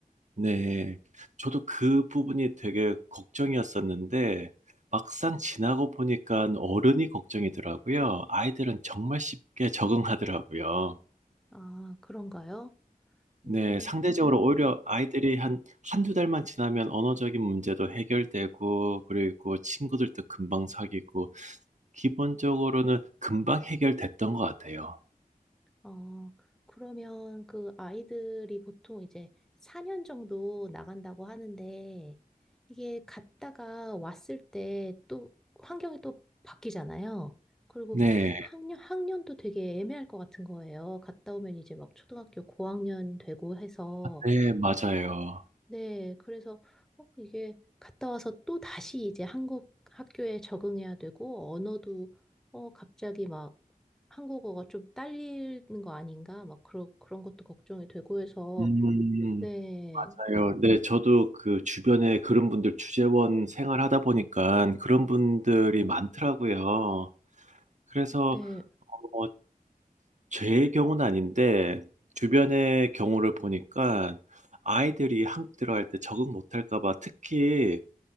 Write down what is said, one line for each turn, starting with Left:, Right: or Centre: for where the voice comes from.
Right: 네, 저도 그 부분이 되게 걱정이었었는데, 막상 지나고 보니까 어른이 걱정이더라고요. 아이들은 정말 쉽게 적응하더라고요.
Centre: 아, 그런가요? 네,
Right: 네, 상대적으로 오히려
Centre: 네.
Right: 아이들이 한 한두 달만 지나면 언어적인 문제도 해결되고, 그리고 친구들도 금방 사귀고, 기본적으로는 금방 해결됐던 것 같아요.
Centre: 어, 그러면 그 아이들이 보통 이제 4년 정도 나간다고 하는데 이게 갔다가 왔을 때 또 환경이 또 바뀌잖아요. 그리고
Right: 네,
Centre: 학년, 학년도 되게 애매할 것 같은 거예요. 갔다 오면 이제 막 초등학교 고학년 되고 해서
Right: 네, 맞아요.
Centre: 네, 그래서 어, 이게 갔다 와서 또 다시 이제 한국 학교에 적응해야 되고 언어도 어, 갑자기 막 한국어가 좀 딸리는 거 아닌가 막 그런 그런 것도 걱정이 되고 해서
Right: 음,
Centre: 네,
Right: 맞아요. 네, 저도 그 주변에 그런 분들 주재원 생활하다 보니까 그런 분들이 많더라고요. 그래서
Centre: 네,
Right: 어, 제 경우는 아닌데 주변의 경우를 보니까 아이들이 한국 들어갈 때 적응 못할까 봐 특히